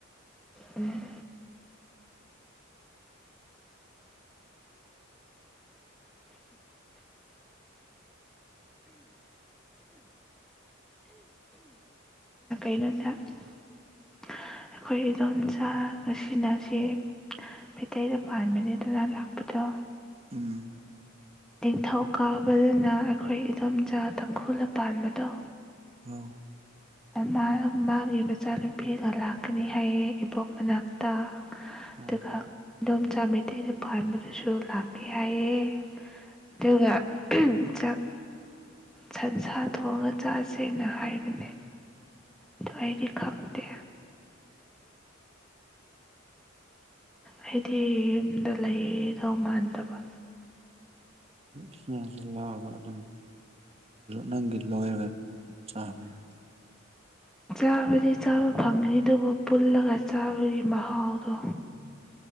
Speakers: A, in the centre; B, on the right (about 30°).
A: ꯎꯝ ꯀꯩꯅꯣꯗ ꯑꯩꯈꯣꯏ ꯏꯗꯣꯝꯆꯥ ꯉꯁꯤꯅꯁꯤ ꯃꯩꯇꯩꯗ ꯄꯥꯟꯕꯅꯦ ꯑꯗꯨꯅ ꯂꯥꯛꯄꯗꯣ
B: ꯎꯝ
A: ꯅꯤꯡꯊꯧ ꯀꯥꯕꯗꯅ ꯑꯩꯈꯣꯏ ꯏꯗꯣꯝꯆꯥ ꯇꯪꯈꯨꯜꯅ ꯄꯥꯟꯕꯗꯣ
B: ꯑ
A: ꯃꯥ ꯃꯥꯒꯤ ꯃꯆꯥꯅꯨꯄꯤꯒ ꯂꯥꯛꯀꯅꯤ ꯍꯥꯏꯑ ꯏꯕꯣꯛ ꯃꯅꯥꯛꯇ ꯑꯗꯨꯒ
B: ꯑꯥ
A: ꯑꯗꯣꯝꯆꯥ ꯃꯩꯇꯩꯗ ꯄꯥꯟꯕꯗꯨꯁꯨ ꯂꯥꯛꯀꯦ ꯍꯥꯏꯑꯦ ꯑꯗꯨꯒ ꯆꯥꯛ ꯁꯟꯁꯥ ꯊꯣꯡꯉꯒ ꯆꯥꯁꯦꯅ ꯍꯥꯏꯔꯤꯕꯅꯦ ꯑꯗ ꯑꯩꯗꯤ ꯈꯪꯗꯦ ꯑꯩꯗꯤ ꯌꯨꯝꯗ ꯂꯩꯗꯧ ꯃꯥꯟꯗꯕ
B: ꯏꯁꯥꯁꯤ ꯂꯥꯛꯑꯒ ꯑꯗꯨꯝ ꯅꯪꯒꯤ ꯂꯣꯏꯔꯒ ꯆꯥꯕ ꯌꯥꯒꯅꯤ
A: ꯆꯥꯕꯗꯤ ꯆꯥꯕ ꯐꯪꯉꯅꯤ ꯑꯗꯨꯕꯨ ꯄꯨꯜꯂꯒ ꯆꯥꯕꯒꯤ ꯃꯍꯥꯎꯗꯣ